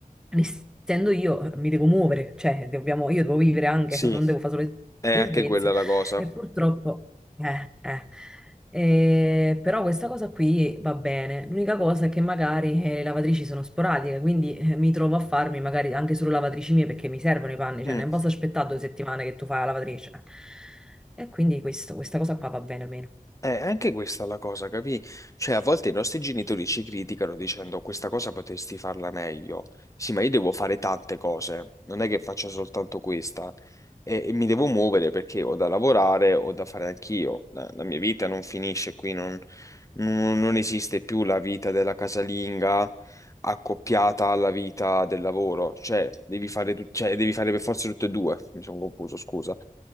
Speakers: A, in the centre; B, on the left.
A: Essendo io, mi devo muovere, cioè dobbiamo- io devo vivere anche,
B: Sì,
A: non devo fare solo i
B: è
A: servizi.
B: anche quella la cosa.
A: E purtroppo, eh, eh. Eh, però questa cosa qui va bene. L'unica cosa è che magari eh, le lavatrici sono sporadiche, quindi eh, mi trovo a farmi magari anche solo lavatrici mie perché mi servono i panni,
B: Mm,
A: cioè non posso aspettare due settimane che tu fai la lavatrice. E quindi questo- questa cosa qua va bene almeno.
B: È anche questa la cosa, capì? Cioè, a volte i nostri genitori ci criticano dicendo questa cosa potresti farla meglio. Sì, ma io devo fare tante cose, non è che faccia soltanto questa. e, e mi devo muovere perché ho da lavorare, ho da fare anch'io. La, la mia vita non finisce qui, non, non- non esiste più la vita della casalinga accoppiata alla vita del lavoro, cioè devi fare, tu- cioè, devi fare per forza tutte e due. Mi sono confuso, scusa.